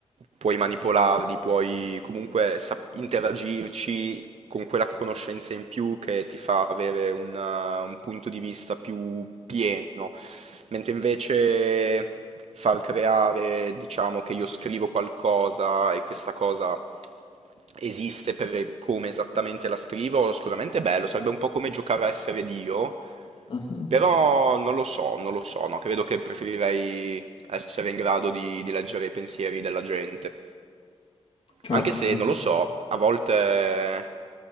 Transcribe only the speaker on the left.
Mhm.
Certo,
certo.